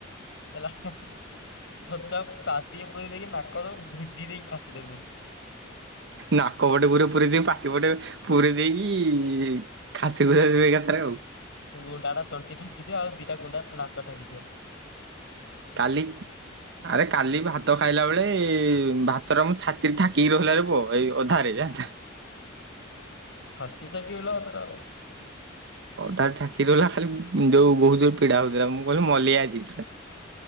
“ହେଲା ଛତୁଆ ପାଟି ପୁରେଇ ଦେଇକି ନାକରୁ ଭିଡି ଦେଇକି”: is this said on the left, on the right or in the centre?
Left